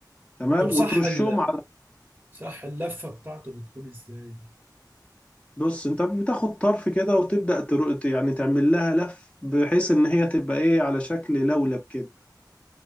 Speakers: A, on the left; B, on the right.
A: تمام
B: طب صح
A: وترشهم
B: ال... صح اللفة بتاعته بتكون إزاي؟
A: بص انت بتاخد طرف كده وتبدأ تر... يعني تعمل لها لف بحيث ان هي تبقى ايه على شكل لولب كده